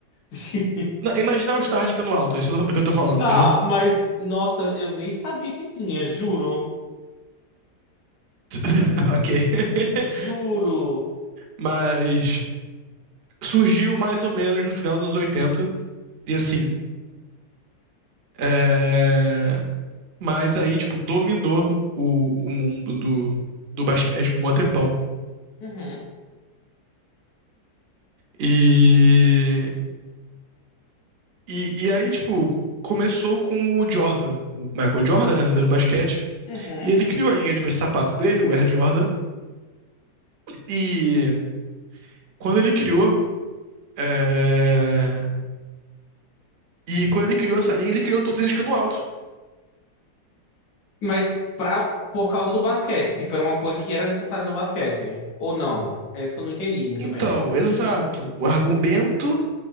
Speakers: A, on the left; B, on the right.
A: <laughs>
B: Não, imagina o All-Star de cano alto, é isso que eu tô falando,
A: Tá,
B: entendeu?
A: mas nossa, eu nem sabia que tinha, juro.
B: <laughs> Ok. <laughs>
A: Juro.
B: Mas surgiu mais ou menos no final dos anos 80, e assim. é, Mas aí, tipo, dominou o, o mundo do, do basquete por um tempão.
A: Uhum,
B: E, e, e aí, tipo, começou com o Jordan, o Michael Jordan, né, lenda do basquete.
A: uhum.
B: E ele criou a linha de sapato dele, o Air Jordan. E quando ele criou. é, E quando ele criou essa linha, ele criou todos eles cano alto.
A: Mas pra, por causa do basquete, tipo, era uma coisa que era necessária no basquete. Ou não? É isso que eu não entendi muito
B: Então,
A: bem.
B: exato. O argumento